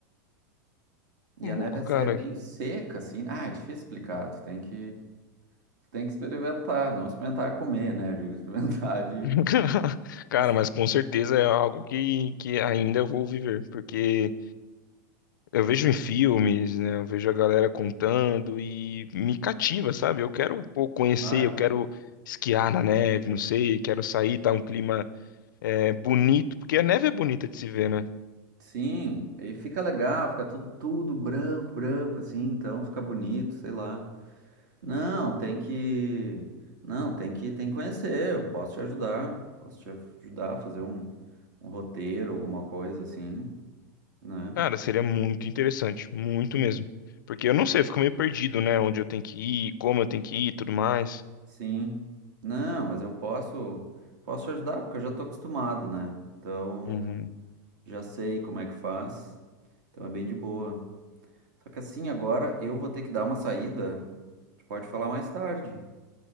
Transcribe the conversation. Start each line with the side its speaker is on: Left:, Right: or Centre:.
Right: E
Left: Louco,
Right: a neve
Left: cara.
Right: é, é meio seca, assim. Ah, é difícil explicar, tu tem que, tu tem que experimentar, não experimentar comer, né? Eu digo <laughs> experimentar de
Left: <laughs> Cara,
Right: Isso,
Left: mas com certeza é algo que, que ainda eu vou viver, porque eu vejo em filmes, né? Eu vejo a galera contando e me cativa, sabe? Eu quero, pô, conhecer,
Right: Claro,
Left: eu quero esquiar na neve, não sei, quero sair, tá um clima é, bonito, porque a neve é bonita de se ver, né?
Right: sim. Aí fica legal, fica tudo, tudo branco, branco, assim, então fica bonito, sei lá. Não, tem que. Não, tem que, tem que conhecer. Eu posso te ajudar. Posso te ajudar a fazer um, um roteiro, alguma coisa assim, né?
Left: Cara, seria muito interessante, muito mesmo. Porque eu não sei, eu fico meio perdido, né? Onde eu tenho que ir, como eu tenho que ir, e tudo mais.
Right: Sim. Não, mas eu posso, posso te ajudar porque eu já tô acostumado, né? Então,
Left: Uhum.
Right: já sei como é que faz. Então é bem de boa. Só que assim, agora eu vou ter que dar uma saída. A gente pode falar mais tarde.